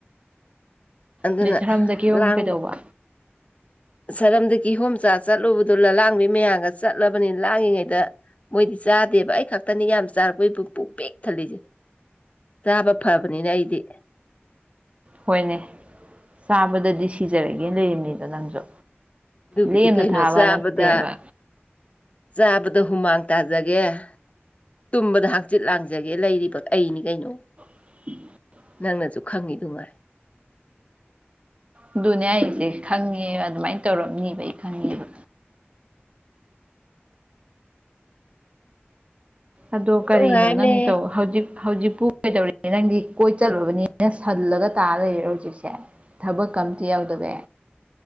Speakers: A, on the left; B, on the right.
A: ꯑꯗꯨꯅ
B: ꯑꯗꯩ ꯁꯔꯝꯗ ꯀꯤꯍꯣꯝ
A: ꯂꯥꯡꯕ
B: ꯀꯩꯗꯧꯕ
A: ꯁꯔꯝꯗꯒꯤꯤ ꯍꯣꯝꯆꯥ ꯆꯠꯂꯨꯕꯗꯨ ꯂꯂꯥꯡꯕꯤ ꯃꯌꯥꯝꯒ ꯆꯠꯂꯕꯅꯤ ꯂꯥꯡꯂꯤꯉꯩꯗ ꯃꯣꯏꯗꯤ ꯆꯥꯗꯦꯕ ꯑꯩ ꯈꯛꯇꯅꯤ ꯌꯥꯝ ꯆꯥꯔꯛꯄꯩ ꯕꯨ ꯄꯨꯛ ꯄꯤꯛ ꯊꯜꯂꯤꯁꯦ ꯆꯥꯕ ꯐꯕꯅꯤꯅ ꯑꯩꯗꯤ
B: ꯍꯣꯏꯅꯦ ꯆꯥꯕꯗꯗꯤ ꯁꯤꯖꯔꯒꯦ ꯂꯩꯝꯅꯤꯗꯣ ꯅꯪꯁꯨ
A: ꯑꯗꯨꯕꯨꯗꯤ
B: ꯂꯦꯝꯅ
A: ꯀꯩꯅꯣ
B: ꯊꯥꯕ
A: ꯆꯥꯕꯗ
B: ꯅꯠꯇꯦꯕ
A: ꯆꯥꯕꯗ ꯍꯨꯃꯥꯡ ꯇꯥꯖꯒꯦ ꯇꯨꯝꯕꯗ ꯍꯥꯡꯆꯤꯠ ꯂꯥꯡꯖꯒꯦ ꯂꯩꯔꯤꯕ ꯄꯣꯠ ꯑꯩꯅꯤ ꯀꯩꯅꯣ
B: <unintelligible>
A: ꯅꯪꯅꯁꯨ ꯈꯪꯉꯤꯗꯨꯉꯥꯏ
B: ꯑꯗꯨꯅꯦ ꯍꯥꯏꯁꯦ ꯈꯪꯉꯦ ꯑꯗꯨꯃꯥꯏꯅ ꯇꯧꯔꯝꯅꯤꯕ ꯑꯩ ꯈꯪꯉꯦꯕ ꯑꯗꯣ ꯀꯔꯤꯅꯣ
A: ꯅꯨꯡꯉꯥꯏꯕꯅꯦꯍꯦ
B: ꯅꯪ ꯇꯧ ꯍꯧꯖꯤꯛ ꯍꯧꯖꯤꯛꯄꯨ ꯀꯩꯗꯧꯔꯤꯒꯦ ꯅꯪꯗꯤ ꯀꯣꯏ ꯆꯠꯂꯨꯕꯅꯤꯅ ꯁꯜꯂꯒ ꯇꯥꯔ ꯂꯩꯔꯔꯣ ꯍꯧꯖꯤꯛꯁꯦ ꯊꯕꯛꯀꯥ ꯑꯝꯇ ꯌꯥꯎꯗꯕꯤ